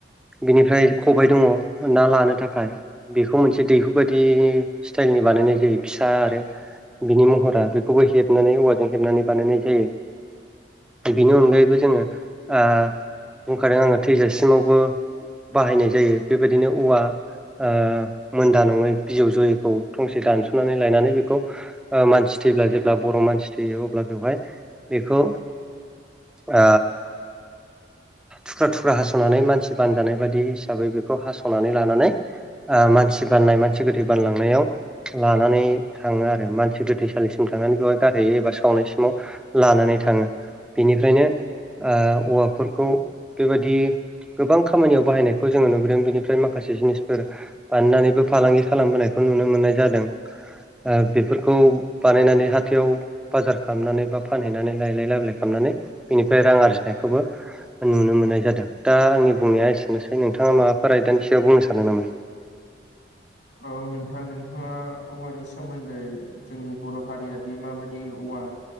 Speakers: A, in the centre; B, on the left.
A: बिनिफ्राय खबाइ दङ ना लानो थाखाय। बेखौ मोनसे दैहु बादि स्टाइलनि बानायनाय जायो फिसा आरो बिनि महरा बेखौबो हेबनानै औवाजों हेबनानै बानायनाय जायो। बिनि अनगायैबो जोङो ओ बुंखादो आङो थैजासिमावबो बाहायनाय जायो बेबायदिनो औवा ओ मोनदा नङै बिजौ जयैखौ थंसे दानस'नानै लायनानै बेखौ ओ मानसि थैब्ला जेब्ला बर' मानसि थैयो अब्ला बेवहाय बेखौ ओ थुख्रा थुख्रा हास'नानै मानसि बानजानाय बादि हिसाबै बेखौ हास'नानै लानानै ओ मानसि बाननाय मानसि गोथै बानलांनायाव लानानै थाङो आरो मानसि गोथैसालिसिम थांनानै बेवहाय गारहैयो एबा सावनायसिमाव लानानै थाङो बेनिफ्रायनो ओ औवाफोरखौ बेबादि गोबां खामानियाव बाहायनायखौ जोङो नुबोदों बिनिफ्राय माखासे जिनिसफोर बाननानैबो फालांगि खालामबोनायखौ नुनो मोननाय जादों। ओ बेफोरखौ बानायनानै हाथायाव बाजार खालामनानै बा फानहैनानै लायलाय लाबोलाय खालामनानै बिनिफ्राय रां आरजिनायखौबो नुनो मोननाय जादों दा आंनि बुंनाया एसेनोसै नोंथाङा माबाफोर आयदानि सिायाव बुंनो सानो नामा?
B: औ नोंथां नोंथाङा औवानि सोमोन्दै जोंनि बर' हारियादि माबादि औवा